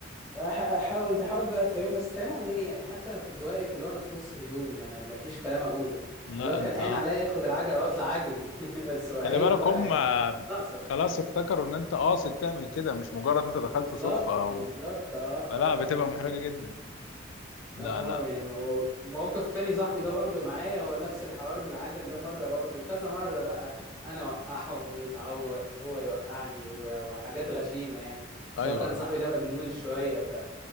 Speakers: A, in the centre; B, on the left (about 85°).
A: أح- حاول تحاول بقى تفهمهم بس تفهمهم ايه يعني حتى انا كنت واقف اللي هو انا في نص هدومي انا ما ما فيش كلام اقوله
B: لا
A: اللي هو كان
B: أنت
A: هين عليا اخد العجله واطلع اجري <laughs> بس هو عيب
B: خلي بالك
A: بقى
B: هم
A: يعني ناقصه
B: خلاص افتكروا إن أنت قاصد تعمل كده مش مجرد أنت دخلت
A: بالظبط
B: صدفة أو
A: بالظبط اه اه
B: فلا بتبقى
A: آه، بالظبط
B: محرجة جدا
A: لا
B: لا
A: ما
B: لا
A: هو يعني ما هو موقف تاني صاحبي ده برضو معايا هو نفس الحوار بالعجل ده مرة برضو كذا مرة بقى انا وقعه <laughs> ويتعور هو يوقعني و- وحاجات غشيمة يعني سواء
B: أيوه
A: كان
B: أيوه
A: صاحبي ده مجنون شوية ف